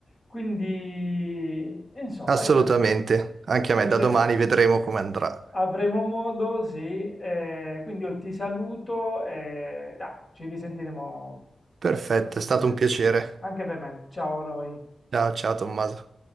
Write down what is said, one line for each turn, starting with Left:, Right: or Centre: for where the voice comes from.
Left: Quindi, insomma,
Right: Assolutamente,
Left: io penso,
Right: anche
Left: con
Right: a
Left: piacere,
Right: me, da domani vedremo come andrà.
Left: avremo modo, sì, eh, quindi io ti saluto e dai, ci risentiremo
Right: Perfetto,
Left: prossimamente.
Right: è stato un piacere.
Left: Anche per me, ciao Roy.
Right: Ciao, ciao Tommaso.